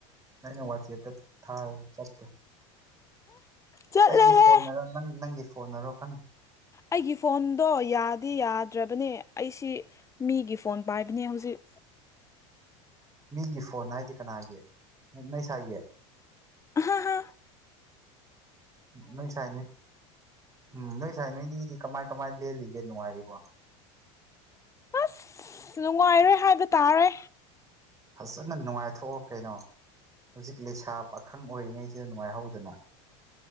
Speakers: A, on the right; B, on the left.
A: ꯑꯩꯅꯥ ꯋꯥꯆꯦꯄ ꯊꯔꯁꯨ ꯆꯥꯇꯦ꯫
B: ꯆꯠꯂꯦꯍꯦ
A: ꯑꯩꯒꯤ ꯐꯣꯟꯅꯔꯣ ꯅꯪ ꯅꯪꯒꯤ ꯐꯣꯟꯅꯔꯣ ꯈꯪꯗꯦ꯫
B: ꯑꯩꯒꯤ ꯐꯣꯟꯗꯣ ꯌꯥꯗꯤ ꯌꯥꯗ꯭ꯔꯕꯅꯦ ꯑꯩꯁꯤ ꯃꯤꯒꯤ ꯐꯣꯟ ꯄꯥꯏꯕꯅꯦ ꯍꯧꯖꯤꯛ
A: ꯃꯤꯒꯤ ꯐꯣꯟ ꯍꯥꯏꯗꯤ ꯀꯅꯥꯒꯤ ꯅꯣꯏ ꯁꯥꯏꯒꯤ꯫
B: ꯍꯥ ꯍ
A: ꯅꯣꯏ ꯁꯥꯏ ꯅꯣꯏ ꯎꯝ ꯅꯣꯏ ꯁꯥꯏ ꯅꯣꯏꯅꯤꯗꯤ ꯀꯃꯥꯏ ꯀꯃꯥꯏ ꯂꯦꯜꯂꯤꯒꯦ ꯅꯨꯡꯉꯥꯏꯔꯤꯕꯣ꯫
B: ꯑꯁ ꯅꯨꯡꯉꯥꯏꯔꯦ ꯍꯥꯏꯕ ꯇꯥꯔꯦ꯫
A: ꯐꯖꯅ ꯅꯨꯡꯉꯥꯏꯊꯣꯛꯑꯣ ꯀꯩꯅꯣ ꯍꯧꯖꯤꯛ ꯂꯩꯁꯥ ꯄꯥꯈꯪ ꯑꯣꯏꯔꯤꯉꯩꯁꯤꯗ ꯅꯨꯡꯉꯥꯏꯍꯧꯗꯅ